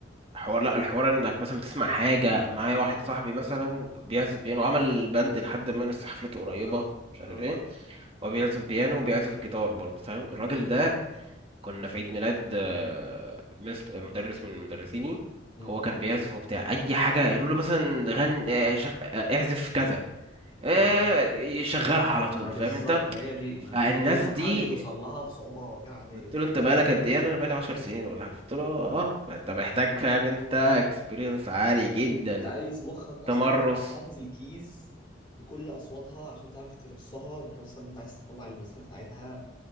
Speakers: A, on the right (about 30°); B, on the left (about 25°).
A: حوار لا الحوار انك مثلا بتسمع حاجة معايا
B: مم.
A: واحد صاحبي مثلا بيعزف بيانو عمل باند لحد ما لسه حفلته قريبة
B: اه
A: مش عارف
B: اه
A: ايه هو بيعزف بيانو وبيعزف جيتار برضه فاهم
B: اه
A: الراجل
B: اه
A: ده كنا في عيد ميلاد آه، مست... مدرس من مدرسيني
B: اه
A: هو كان بيعزف وبتاع اي حاجة يقولوا له مثلا غن آه، ش- آه، اعزف كذا آه،
B: آه.
A: يشغلها على طول
B: آه، بالظبط
A: فاهم انت
B: ما هي دي ما
A: فالناس
B: هي دي المرحله
A: دي
B: دي بتوصل لها بصعوبه غير عاديه
A: قلت
B: يعني
A: له انت بقالك قد ايه قال لي انا بقالي 10 سنين ولا حاجه قلت له اه آه. فانت محتاج فاهم انت اكسبيرينس عالي جدا
B: امم انت عايز مخك اصلا
A: تمرس
B: يبقى حافظ الكيز بكل اصواتها عشان تعرف ترصها بالرصه اللي انت عايز تطلع المزيكا بتاعتها